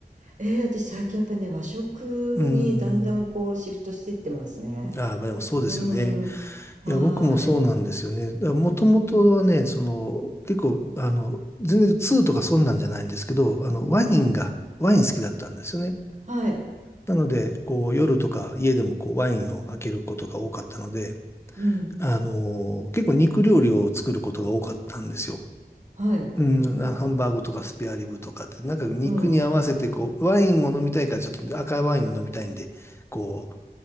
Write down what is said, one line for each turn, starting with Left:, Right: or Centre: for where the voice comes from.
Right: えー、私最近やっぱりね和食にだんだんこうシフトしてってますね
Left: うーん。ああ、まあでもそうですよね。
Right: うんはーい
Left: いや、僕もそうなんですよね。もともとはね、
Right: うん
Left: その、結構、あの、全然2とかそんなんじゃないんですけど、あの、ワインが、
Right: うん
Left: ワイン好きだったんですよね。
Right: はい
Left: なので、こう、夜とか家でもこう、ワインを開けることが多かったので、
Right: うん
Left: あの、結構肉料理を作ることが多かったんですよ。
Right: はい
Left: うん、なハンバーグとかスペアリブとかって、なんか肉に合わせて、
Right: うんうん
Left: こう、ワインを飲みたいからちょっと赤ワインを飲みたいんで、こ